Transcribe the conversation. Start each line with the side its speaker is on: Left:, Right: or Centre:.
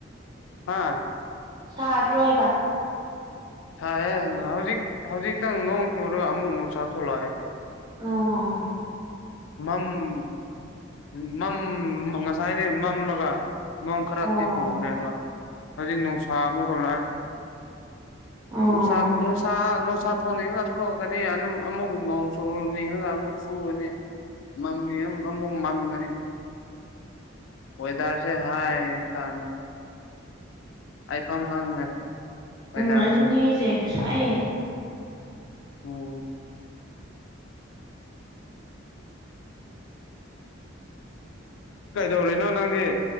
Left: ꯍꯥꯥ
Right: ꯁꯥꯗ꯭ꯔꯣ ꯍꯥꯏꯕ
Left: ꯁꯥꯏꯌꯦ ꯍꯧꯖꯤꯛ ꯍꯧꯖꯤꯛꯇꯪ ꯅꯣꯡ ꯆꯨꯔꯒ ꯑꯃꯨꯛ ꯅꯨꯡꯁꯥ ꯊꯣꯛꯂꯛꯑꯦ
Right: ꯑꯣ ꯑꯣ
Left: ꯝꯝ ꯉꯁꯥꯏꯗꯤ ꯃꯝꯃꯒ ꯅꯣꯡ ꯈꯔꯗꯤ
Right: ꯑꯣ
Left: ꯆꯨꯕꯅꯦꯕ ꯍꯧꯖꯤꯛ ꯅꯨꯡꯁꯥꯥ ꯑꯃꯨꯛ ꯊꯣꯛꯂꯛꯑꯦ
Right: ꯑꯣ
Left: ꯅꯨꯡꯁꯥ ꯅꯨꯡꯁꯥ ꯅꯨꯡꯁꯥ ꯊꯣꯛꯅꯤꯡꯉ ꯊꯣꯛꯀꯅꯤ ꯑꯃꯨꯛ ꯅꯣꯡ ꯆꯨꯅꯤꯡꯉꯒ ꯑꯃꯨꯛ ꯆꯨꯒꯅꯤ ꯃꯝꯅꯤꯡ ꯑꯃꯨꯛ ꯃꯝꯒꯅꯤ ꯋꯦꯗꯔꯁꯦ ꯍꯥꯏ ꯀꯥꯟ <unintelligible> ꯋꯦꯗꯔꯁꯦ
Right: ꯎꯝ ꯑꯗꯨꯅꯦ ꯑꯩꯁꯦ ꯁꯥꯏꯌꯦ
Left: ꯎꯝ ꯀꯩꯗꯧꯔꯤꯅꯣ ꯅꯪꯗꯤ